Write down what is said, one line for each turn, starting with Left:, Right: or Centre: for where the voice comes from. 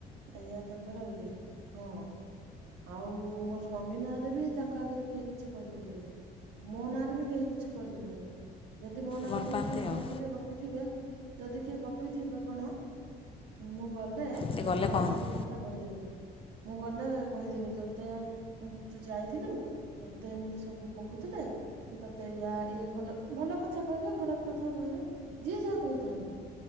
Right: ଏଇଆ ତାଙ୍କର ଇଏ ହଁ ଆଉ ମୋ ସ୍ଵାମୀ ନାଁରେ ବି ତାଙ୍କ ଆଗରେ କେହି କିଛି କହିପାରିବେ ନାହିଁ ମୋ ନାଁରେ ବି କେହି କିଛି କହିପାରିବେ ନାହିଁ। ଯଦି ମୋ ନାଁରେ
Left: ଭଲ
Right: କିଏ
Left: ପାଆନ୍ତି
Right: କଣ କହିଥିବେ
Left: ଆଉ
Right: ଗପିଥିବେ ଯଦି କିଏ ଗ ପିଇ ଥିବେ କଣ ମୁଁ ଗଲେ
Left: ସେ ଗଲେ
Right: ମୋ
Left: କହନ୍ତି
Right: ଆଗରେ ସବୁ କଥା କହିଦେବେ। ମୁଁ ଗଲେ କହିଦେବେ ତୋତେ ମୁଁ ତୁ ଯାଇଥିଲୁ ତତେ ଏମିତି ସବୁ କୋହୁଥିଲେ କି ତୋତେ ୟା ଇଏ ଭଲ ଭଲ କଥା କହିବେ ଖରାପ କଥା କହିବେ ଯିଏ ଯାହା କହିଥାନ୍ତୁ